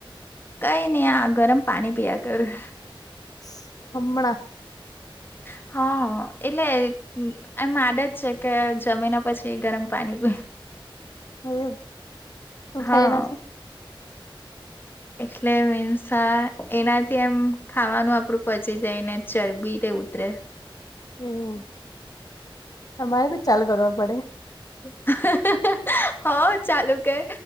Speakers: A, on the left; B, on the left.
A: કંઈ નહીં, આ ગરમ પાણી પિયા કરું.
B: ઈસ હમણા?
A: હા. એટલે એમ આદત જ છે કે જમીને પછી ગરમ પાણી પીઉં.
B: એવું શું
A: હા
B: થાય એનાથી?
A: એટલે મિનસા એનાથી એમ ખાવાનું આપડું પચી જાય ને ચરબી તે ઉતરે.
B: હમ્મ અમારે ભી ચાલુ કરવા પડે.
A: <inaudible> હં ચાલુ કર